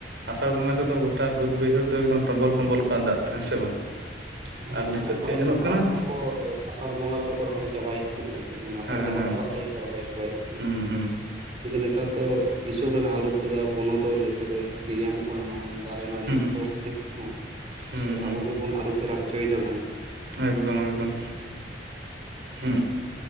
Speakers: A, on the right; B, on the right.
A: ᱟᱥᱟᱲ ᱵᱚᱸᱜᱟ ᱛᱮᱫᱚ ᱜᱚᱴᱟ ᱵᱟᱹᱫᱽ ᱵᱟᱹᱭᱦᱟᱹᱲ ᱫᱚ, ᱮᱠᱫᱚᱢ ᱴᱚᱢᱵᱚᱞ ᱴᱚᱢᱵᱚᱞ ᱠᱚᱣᱟᱜ ᱫᱟᱜ ᱛᱮ ᱦᱮᱸ ᱥᱮ ᱵᱟᱝ?
B: ᱦᱮᱸ
A: ᱟᱨ ᱱᱤᱛᱚᱜ
B: ᱯᱟᱹᱦᱤᱞ
A: ᱪᱮᱫ ᱧᱮᱞᱚᱜ
B: ᱦᱟᱯᱲᱟᱢ
A: ᱠᱟᱱᱟ
B: ᱠᱚᱦᱚᱸ ᱠᱚ, ᱟᱥᱟᱲ ᱵᱚᱸᱜᱟ ᱨᱮᱫᱚ ᱠᱚ ᱨᱚᱦᱚᱭ ᱪᱟᱵᱟᱭᱮᱫ ᱛᱟᱦᱮᱸᱫ ᱜᱚᱝᱠᱮ, ᱢᱟᱱᱮ ᱟᱥᱟᱲ
A: ᱦᱮᱸ
B: ᱪᱟᱵᱟᱜ
A: ᱦᱮᱸ
B: ᱪᱟᱵᱟᱜ᱾ ᱡᱚᱛᱚ ᱜᱮ ᱠᱚ ᱨᱚᱦᱚᱭ ᱪᱟᱵᱟ ᱮᱫ ᱛᱟᱦᱮᱱᱟ᱾
A: ᱦᱩᱸ ᱦᱩᱸ
B: ᱠᱤᱱᱛᱩ ᱱᱮᱛᱟᱨ ᱫᱚ, ᱫᱤᱥᱚᱢ ᱨᱮᱱᱟᱜ ᱟᱹᱨᱩ ᱯᱷᱮᱨᱟ ᱵᱚᱱᱚᱫᱚᱞ ᱡᱚᱛᱚ ᱜᱮ ᱧᱮᱞ ᱧᱟᱢᱚᱜ ᱠᱟᱱᱟ᱾ ᱱᱚᱜᱚᱭ ᱫᱟᱨᱮ ᱱᱟᱹᱲᱤ
A: ᱦᱩᱸ
B: ᱠᱚ ᱠᱷᱟᱹᱛᱤᱨ ᱛᱮᱦᱚᱸ,
A: ᱦᱩᱸ
B: ᱥᱮ
A: ᱦᱩᱸ
B: ᱟᱵᱚ ᱜᱮᱵᱚᱱ ᱟᱹᱨᱩ ᱯᱷᱮᱨᱟᱣ ᱦᱚᱪᱚᱭ ᱫᱟ ᱵᱚᱱ᱾
A: ᱮᱠᱫᱚᱢ ᱮᱠᱫᱚᱢ ᱦᱩ,